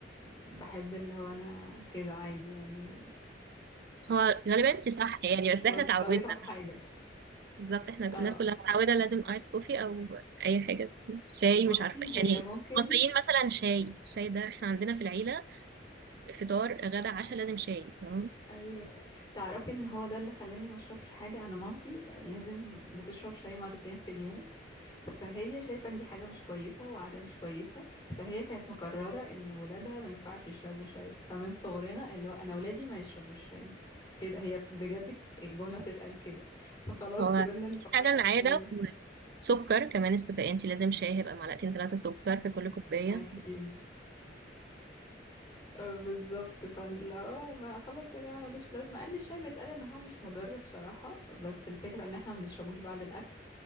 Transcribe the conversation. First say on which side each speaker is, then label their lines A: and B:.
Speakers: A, on the left; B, on the right.
A: بحب اللي هو انا كده عادي يعني
B: هو غالبا انت صح يعني
A: مش
B: بس احنا
A: مرتبطه
B: اتعودنا
A: بحاجه
B: بالظبط احنا الناس
A: اه
B: كلها متعوده لازم ايس كوفي او اي حاجه شاي
A: بصي
B: مش عارفه
A: هي
B: يعني
A: ممكن
B: المصريين مثلا شاي الشاي ده احنا عندنا في العيله فطار غدا عشاء لازم شاي فاهم
A: ايوه تعرفي ان هو ده اللي خلاني ما اشربش حاجه انا مامتي آه، لازم بتشرب شاي مرتين في اليوم فهي شايفة ان دي حاجة مش كويسة وعادة مش كويسة فهي كانت مقررة ان ولادها ما ينفعش يشربوا شاي فمن صغرنا اللي هو انا ولادي ما يشربوش شاي كده هي بجد الجملة بتتقال كده فخلاص
B: هو
A: كبرنا اللي
B: فعلا
A: هو
B: عاده
A: ما ي-
B: وسكر كمان السكر انت لازم شاي هيبقى معلقتين ثلاثه سكر في كل كوبايه
A: اكيد آه، بالظبط فلا ما خلاص يا جماعة ملوش لازمة مع ان الشاي بيتقال ان هو مش مضر بصراحة بس الفكرة ان احنا ما بنشربوش بعد الاكل